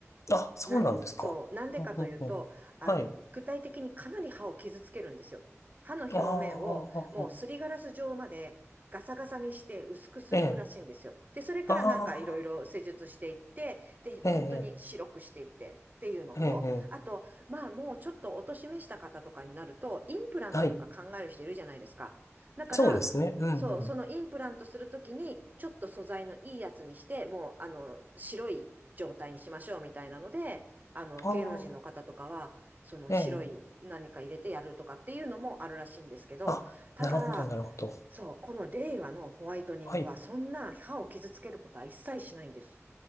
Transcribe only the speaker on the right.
なん、そう、なんでかというと、
あの、具体的にかなり歯を傷つけるんですよ。歯の表面をもうすりガラス状までガサガサにして薄くするらしいんですよ。
で、それからなんかいろいろ施術していって、
で、
本当に白くしていってっていうのと、
あと、まあもうちょっとお年めした方とかになると、インプラントとか考える人いるじゃないですか。
だから、
そう、
そのインプラントするときに、ちょっと素材のいいやつにして、もう、あの、白い状態にしましょうみたいなので、あの、
芸能人の方とかは、その白い何か入れてやるとかっていうのもあるらしいんですけど、
ただ、
そう、この令和のホワイトニングは、
そんな歯を傷つけることは一切しないんです。